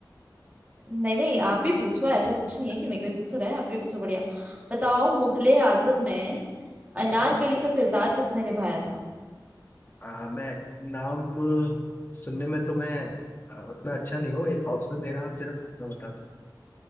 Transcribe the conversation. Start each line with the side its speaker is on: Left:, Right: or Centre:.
Right: नहीं नहीं आप भी पूछो ऐसा कुछ नहीं
Left: वैसे
Right: है कि मेरे को ही पूछ रहा है आप भी पूछो बढ़िया बताओ मुगले आजम में अनारकली
Left: हाँ
Right: का किरदार किसने निभाया था
Left: आ, मैं नाम सुनने में तो मैं आ, उतना अच्छा नहीं हूँ ये ऑप्शन देना आप जरा मैं बताता